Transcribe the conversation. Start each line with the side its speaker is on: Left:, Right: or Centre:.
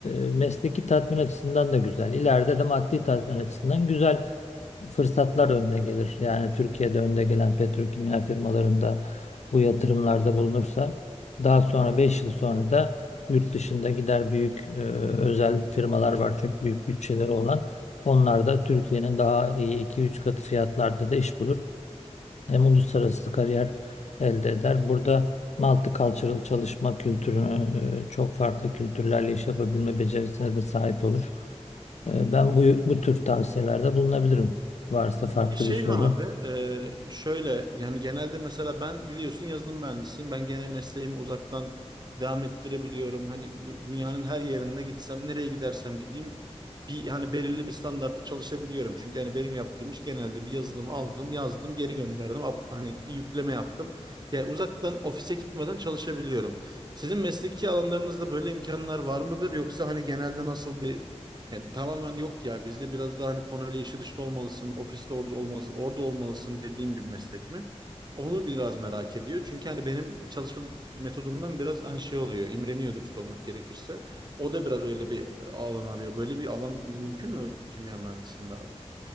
Left: e, mesleki tatmin açısından da güzel. İleride de maddi tatmin açısından güzel fırsatlar önüne gelir. Yani Türkiye'de önde gelen petrokimya firmalarında bu yatırımlarda bulunursa daha sonra 5 yıl sonra da yurt dışında gider büyük e, özel firmalar var çok büyük bütçeleri olan. Onlar da Türkiye'nin daha iyi iki üç katı fiyatlarda da iş bulur. Hem uluslararası kariyer elde eder. Burada multicultural çalışma kültürü, e, çok farklı kültürlerle iş yapabilme becerisine de sahip olur. E, Ben bu, bu tür tavsiyelerde bulunabilirim. Varsa farklı
Right: Bir Şey
Left: bir soru.
Right: mi abi? Ee, şöyle yani genelde mesela ben biliyorsun yazılım mühendisiyim. Ben gene mesleğimi uzaktan devam ettirebiliyorum. Hani bu dünyanın her yerine gitsem, nereye gidersem gideyim bir hani belirli bir standartta çalışabiliyorum. Çünkü hani benim yaptığım iş genelde bir yazılımı aldım, yazdım, geri gönderdim. Up- Hani yükleme yaptım. Yani uzaktan ofise gitmeden çalışabiliyorum. Sizin mesleki alanlarınızda böyle imkanlar var mıdır? Yoksa hani genelde nasıl bir yani tamamen yok ya bizde biraz daha hani konuyla işi dışta olmalısın, ofiste orada olmalısın, orada olmalısın dediğim bir meslek mi? Onu biraz merak ediyor. Çünkü hani benim çalışma metodumdan biraz hani şey oluyor, imreniyor dürüst olmak gerekirse. O da biraz öyle bir e, alan arıyor. Böyle bir alan mümkün mü kimya mühendisliğinde abi?